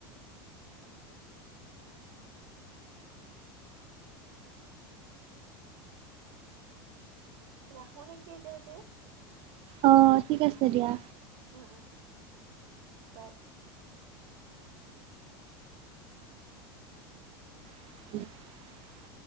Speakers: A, on the right (about 70°); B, on the right (about 45°).
A: <unintelligible> ৰাখোঁ নেকি এতিয়াযে।
B: অ ঠিক আছে দিয়া।
A: উম উম বাই।
B: <unintelligible>